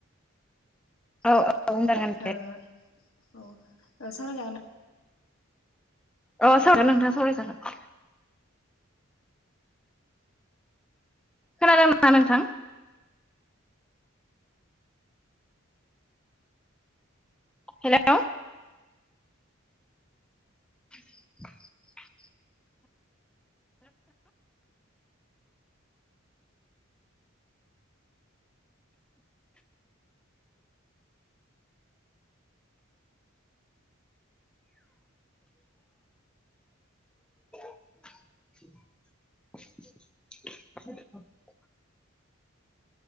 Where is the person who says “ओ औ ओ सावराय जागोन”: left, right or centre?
Left